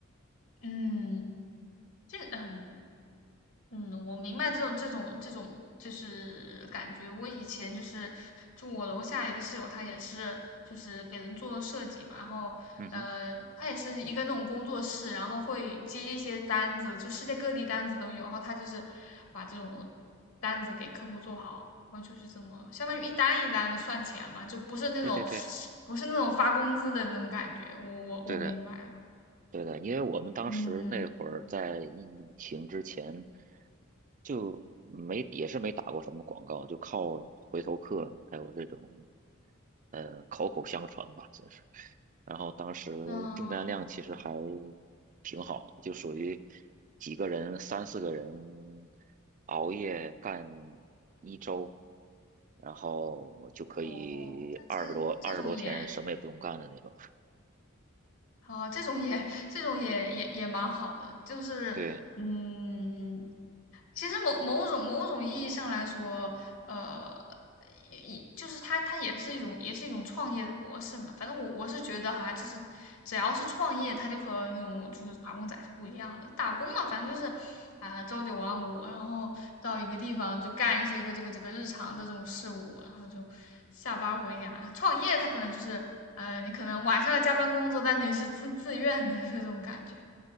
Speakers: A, on the left (about 75°); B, on the right (about 40°).
A: 嗯，就是嗯，嗯，我明白这种这种这种就是感觉。我以前就是住我楼下一个室友，他也是就是给人做设计嘛，然后呃，
B: 嗯哼，
A: 他也是一个那种工作室，然后会接一些单子，就世界各地单子都有，然后他就是把这种单子给客户做好，然后就是这么相当于一单一单的算钱嘛，就不是那种
B: 对对对
A: <sucks teeth> 不是那种发工资的那种感觉。我我我明白了，
B: 对的对的，因为我们当时那会儿在疫情之前，
A: 嗯
B: 就没也是没打过什么广告，就靠回头客还有这种呃口口相传吧，真是。然后当时订单量其实还
A: 嗯、哦
B: 挺好，就属于几个人、三四个人熬夜干一周，然后就可以二十多二十多天什么也不用干的那种。
A: 哦，他这这种也。好，这种也这种也也也蛮好的，就是嗯，
B: 对
A: 其实某某种某种意义上来说，呃，也也就是它，它也是一种，也是一种创业的模式嘛。反正我我是觉得哈，就是只要是创业，它就和那种就是打工仔是不一样的。打工嘛，反正就是啊，朝九晚五，然后到一个地方就干一些个这个这个日常的这种事务，然后就下班回家。创业它可能就是，呃，你可能晚上要加班工作，但是你是自自愿的，是这种感觉。